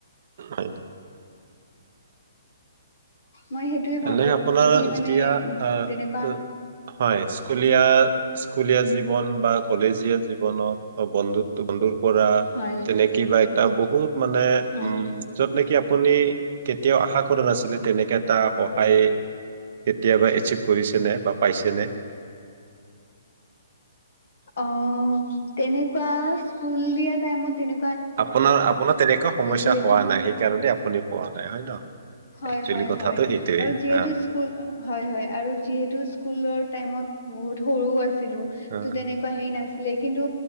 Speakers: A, on the right; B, on the left.
A: হয়।
B: মই সেইটোয়ে ভাবো
A: এনে
B: আৰু
A: আপোনাৰ
B: যদি মানে
A: যেতিয়া আহ,
B: তেনেকুৱা
A: আহ, হয় স্কুলীয়া স্কুলীয়া জীৱন বা কলেজীয়া জীৱনত বন্ধুত্ব বন্ধু কৰা
B: হয়
A: তেনে কিবা এটা বহুত মানে
B: হয়
A: উম যত নেকি আপুনি কেতিয়াও আশা কৰা নাছিলে তেনেকে এটা স কেতিয়াবা এচিভ কৰিছে নে বা পাই চেনে
B: অ', তেনেকুৱা স্কুল দিয়া টাইমত তেনে
A: আপোনাৰ, আপোনাৰ তেনেকুৱা সমস্যা
B: যিহেতু
A: হোৱা নাই সেইকাৰণে আপুনি পোৱা নাই হয় ন?
B: হয়,
A: একচুৱেলি
B: হয়,
A: কথাটো
B: হয়
A: সেইটোৱে
B: আৰু যিহেতু
A: হা,
B: স্কুল‌ হয়, হয়, আৰু যিহেতু স্কুল‌ৰ টাইমত বহুত সৰু আছিলো
A: হা,
B: তো, তেনেকোৱা হেৰি লে, কিন্তু